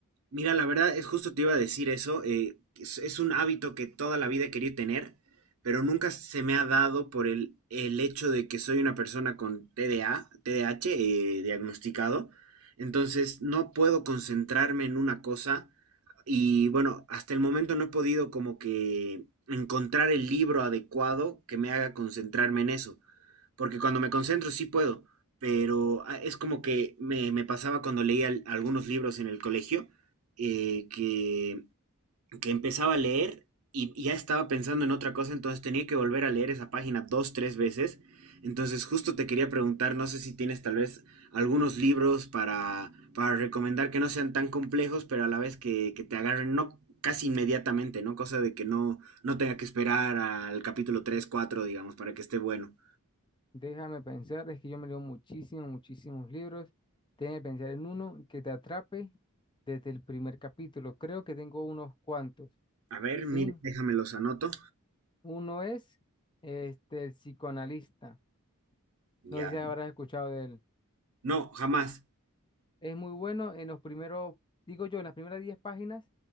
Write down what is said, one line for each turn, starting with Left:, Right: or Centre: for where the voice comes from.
Right: Mira, la verdad es justo te iba a decir eso. eh, es, es un hábito que toda la vida he querido tener, pero nunca se me ha dado por el, el hecho de que soy una persona con TDA, TDAH, eh, diagnosticado. Entonces no puedo concentrarme en una cosa y bueno, hasta el momento no he podido como que encontrar el libro adecuado que me haga concentrarme en eso porque cuando me concentro sí puedo, pero ah, es como que me, me pasaba cuando leía al- algunos libros en el colegio, eh, que, que empezaba a leer y, y ya estaba pensando en otra cosa, entonces tenía que volver a leer esa página dos, tres veces. Entonces justo te quería preguntar, no sé si tienes tal vez algunos libros para, para recomendar que no sean tan complejos, pero a la vez que, que te agarren, no casi inmediatamente, ¿no? Cosa de que no, no tenga que esperar al capítulo 3 4 digamos, para que esté bueno.
Left: Déjame pensar, es que yo me leo muchísimos, muchísimos libros. Déjame pensar en uno que te atrape desde el primer capítulo. Creo que tengo unos cuantos,
Right: A ver,
Left: ¿sí?
Right: mire, déjame los anoto.
Left: Uno es este, El psicoanalista.
Right: Ya.
Left: No sé si habrás escuchado de él.
Right: No, jamás.
Left: Es muy bueno en los primeros, digo yo, en las primeras 10 páginas,